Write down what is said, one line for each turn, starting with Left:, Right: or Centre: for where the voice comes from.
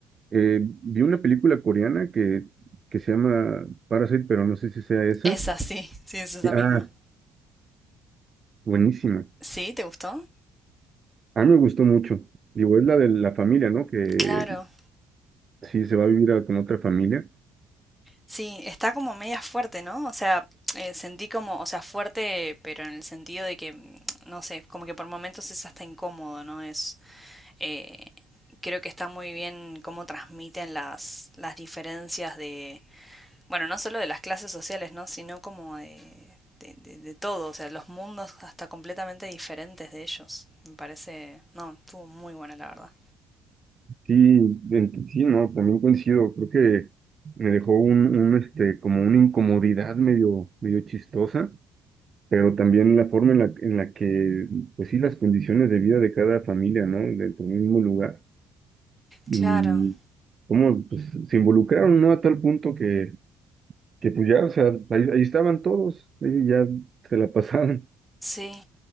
Right: eh, vi una película coreana que, que se llama Parasite, pero no sé si sea esa.
Centre: Esa, sí. Sí, es esa
Right: Ah,
Centre: misma.
Right: buenísima.
Centre: ¿Sí? ¿Te gustó?
Right: A mí me gustó mucho. Digo, es la de la familia, ¿no? Que
Centre: Claro.
Right: sí se va a vivir a- con otra familia.
Centre: Sí, está como media fuerte, ¿no? O sea, eh, sentí como, o sea, fuerte, pero en el sentido de que, mm, no sé, como que por momentos es hasta incómodo, ¿no? Es, eh, creo que está muy bien cómo transmiten las, las diferencias de, bueno, no solo de las clases sociales, ¿no? Sino como de, de, de- de todo, o sea, los mundos hasta completamente diferentes de ellos. Me parece, no, estuvo muy buena, la verdad.
Right: Sí, en- sí, no, también coincido. Creo que me dejó un, un, este, como una incomodidad medio, medio chistosa, pero también la forma en la, en la que, pues sí, las condiciones de vida de cada familia, ¿no? Dentro del mismo lugar. Y
Centre: Claro,
Right: cómo, pues, se involucraron, ¿no? A tal punto que, que pues ya, o sea, ahí, ahí estaban todos, ahí ya se la <laughs> pasaban.
Centre: sí.